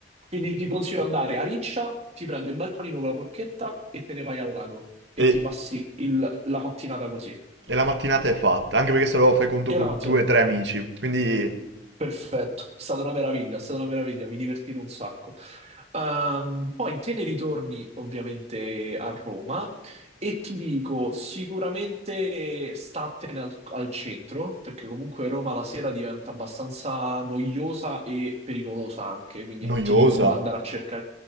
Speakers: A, on the right (about 40°); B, on the right (about 85°).
A: Quindi ti consiglio di andare a Riccia, ti prendi un bel panino con la porchetta e te ne vai al lago e
B: E,
A: ti passi il- la mattinata così.
B: e la mattinata è fatta, anche perché se no fai conto
A: E
B: con
A: la mattinata
B: due o tre amici, quindi
A: Perfetto, è stata una meraviglia, è stata una meraviglia, mi divertite un sacco. Ehm, poi te ne ritorni ovviamente a Roma e ti dico sicuramente statene al, al centro, perché comunque Roma la sera diventa abbastanza noiosa e pericolosa anche, quindi
B: noiosa.
A: non ti dico non andare a cercare.